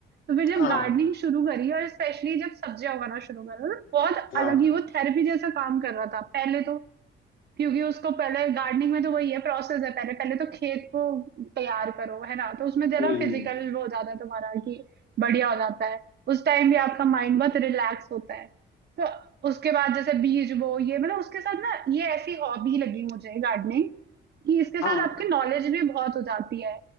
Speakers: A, on the right (about 55°); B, on the left (about 80°).
A: तो फिर जब
B: हाँ
A: गार्डनिंग शुरू करी और स्पेशली जब सब्जियां उगाना शुरू करा तो बहुत
B: हाँ
A: अलग ही वो थेरेपी जैसा काम कर रहा था पहले तो क्योंकि उसको पहले गार्डनिंग में तो वही है प्रोसेस है पहले पहले तो खेत को तैयार करो है ना तो उसमें जरा
B: हम्म
A: फिजिकल वो हो जाता है तुम्हारा कि बढ़िया हो जाता है उस टाइम भी आपका माइंड बहुत रिलैक्स होता है तो उसके बाद जैसे बीज वो ये मतलब उसके साथ ना ये ऐसी हॉबी लगी मुझे गार्डनिंग कि इसके
B: हाँ
A: साथ आपकी नॉलेज भी बहुत हो जाती है